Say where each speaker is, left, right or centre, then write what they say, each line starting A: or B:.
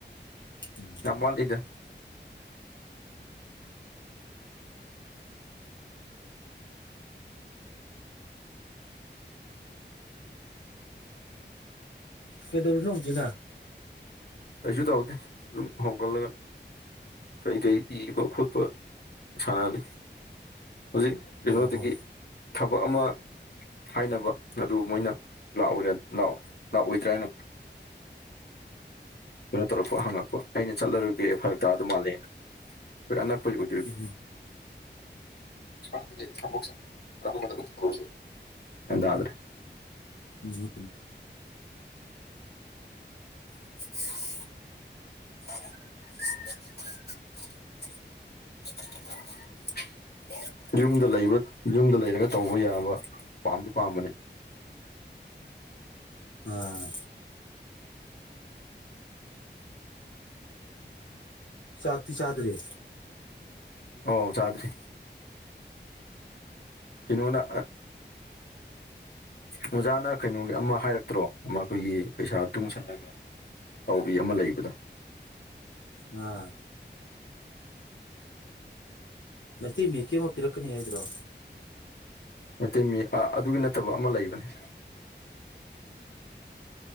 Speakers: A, on the left; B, on the left.
A: ꯎꯝ
B: ꯊꯝꯕꯜ ꯏꯗ
A: ꯀꯩꯗꯧꯔꯝꯔꯤꯅꯣꯡꯁꯤ
B: ꯀꯩꯁꯨ ꯇꯧꯗꯦ ꯍꯧꯒꯜꯂꯒ ꯀꯩ ꯀꯔꯤ ꯄꯤꯕ ꯈꯣꯠꯄ ꯁꯥꯟꯅꯔꯤ ꯍꯧꯖꯤꯛ ꯀꯩꯅꯣꯗꯒꯤ
A: ꯑꯣ
B: ꯊꯕꯛ ꯑꯃ ꯍꯥꯏꯅꯕ ꯑꯗꯨ ꯃꯣꯏꯅ ꯂꯥꯛꯎꯔꯦ ꯂꯥꯛꯑꯣꯏꯗ꯭ꯔꯥꯏꯅꯣ ꯀꯩꯅꯣ ꯇꯧꯔꯛꯄ ꯍꯪꯉꯛꯄ ꯑꯩꯅ ꯆꯠꯂꯔꯨꯒꯦ ꯐꯔꯛ ꯇꯥ ꯑꯗꯨ ꯃꯥꯜꯂꯦꯅ ꯑꯟꯅ ꯄꯨ ꯆꯩ ꯀꯣ
A: ꯎꯝ
B: ꯭ꯔꯦ <unintelligible>
A: ꯎꯝ
B: <unintelligible> <unintelligible> ꯌꯨꯝꯗ ꯂꯩꯕ ꯌꯨꯝꯗ ꯂꯩꯔꯒ ꯇꯧꯕ ꯌꯥꯕ ꯄꯥꯝꯗꯤ ꯄꯥꯝꯕꯅꯦ
A: ꯑꯥ ꯆꯥꯛꯇꯤ ꯆꯗꯔꯤ
B: ꯑꯧ ꯆꯥꯗ꯭ꯔꯤ ꯀꯩꯅꯣꯅ ꯑꯣꯖꯥꯅ ꯀꯩꯅꯣꯒꯤ ꯑꯃ ꯍꯥꯏꯔꯛꯇ꯭ꯔꯣ ꯃꯈꯣꯏꯒꯤ ꯄꯩꯁꯥ ꯇꯨꯡꯁꯜꯂꯒ ꯇꯧꯕꯔꯤ ꯑꯃ ꯂꯩꯕꯗꯣ
A: ꯑꯥ ꯃꯁꯤ ꯃꯦꯀꯤ ꯑꯃ ꯄꯤꯔꯛꯀꯅꯤ ꯍꯥꯏꯗ꯭ꯔꯣ
B: ꯃꯩꯇꯩ ꯃꯤ ꯑꯗꯨꯒꯤ ꯅꯠꯇꯕ ꯑꯃ ꯂꯩꯕꯅꯦ